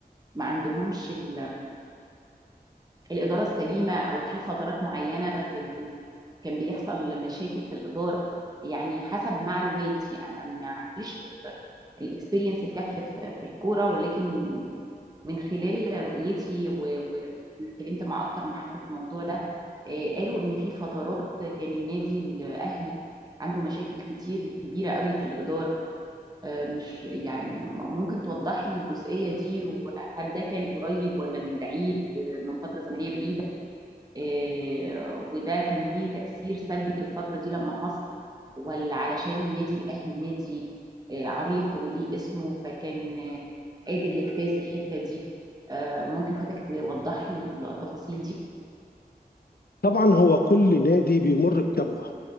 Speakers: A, on the right; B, on the left.
A: ما عندهمش ال- الإدارة السليمة أو في فترات معينة في ال... كان بيحصل مشاكل في الإدارة يعني حسب معلوماتي أنا ما عنديش الاكسبيرينس الكافيه في في الكوره ولكن من خلال رؤيتي و- و- واتكلمت مع اكتر من حد في الموضوع ده آه، قالوا ان في فترات كان النادي الاهلي عنده مشاكل كتير كبيره قوي في الاداره آه، مش يعني م- ممكن توضح لي الجزئيه دي وهل ده كان قريب ولا من بعيد آه، من فتره زمنيه بعيده آه، وده كان ليه تاثير سلبي في الفتره دي لما حصل ولا علشان النادي الاهلي نادي آه، عريق وليه اسمه فكان آه، قادر يجتاز الحته دي آه، ممكن حضرتك توضح لي التفاصيل دي
B: طبعا هو كل نادي بيمر بكبوة